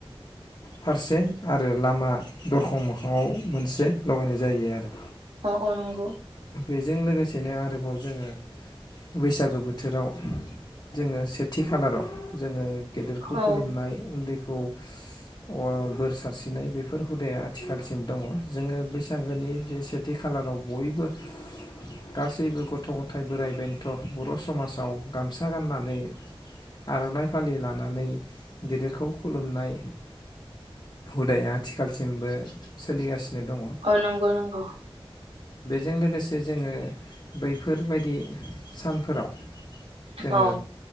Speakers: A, on the left (about 45°); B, on the right (about 80°).
A: फारसे आरो लामा दरखं मोखाङाव मोनसे लगायनाय जायो आरो।
B: अ अ नंगौ।
A: बेजों लोगोसेनो आरो बाव जोङो बैसागो बोथोराव जोङो सेथि खालाराव जोङो गेदेरखौ
B: औ
A: खुलुमनाय उन्दैखौ अ बोर सारस्रिनाय बेफोर हुदाया थिखालसिम दङ जोङो बैसागोनि बे सेथि खालाराव बयबो गासैबो गथ' गथाय बोराइ बेन्थ' बर' समाजाव गामसा गाननानै आर'नाइ फालि लानानै गेदिरखौ खुलुमनाय हुदाया आथिखालसिमबो सोलिगासिनो दङ औ
B: नंगौ नंगौ
A: जों लोगोसे जोङो बैफोरबायदि सानफोराव जोङो
B: औ